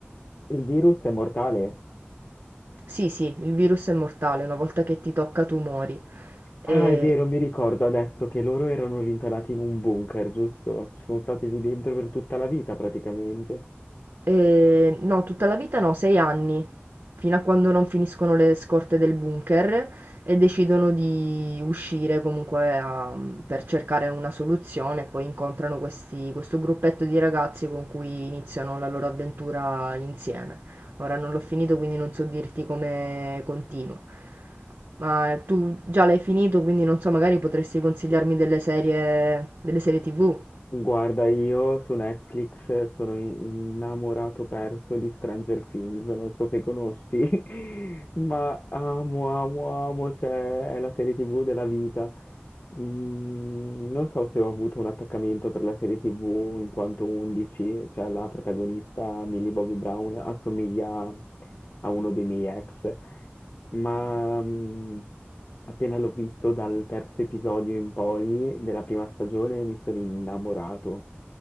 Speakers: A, on the left; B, on the right.
A: virus è mortale?
B: Sì, sì, il virus è mortale, una volta che ti tocca tu muori. E-
A: Ah, è vero, mi ricordo adesso che loro erano rintanati in un bunker, giusto? Ci Sono stati lì dentro per tutta la vita praticamente.
B: Ehm, no, tutta la vita no, 6 anni, fino a quando non finiscono le scorte del bunker e decidono di uscire comunque a per cercare una soluzione e poi incontrano questi questo gruppetto di ragazzi con cui iniziano la loro avventura insieme. Ora non l'ho finito, quindi non so dirti come continua. Ma tu già l'hai finito, quindi non so, magari potresti consigliarmi delle serie delle serie TV?
A: Guarda, io su Netflix sono in- innamorato perso di Stranger Things, non so se conosci, <laughs> ma amo, amo, amo, cioè è la serie TV della vita. Mhmm, non so se ho avuto un attaccamento per la serie TV in quanto 11, cioè la protagonista Millie Bobby Brown assomiglia a uno dei miei ex, ma, mhmm, appena l'ho visto dal terzo episodio in poi della prima stagione mi sono innamorato.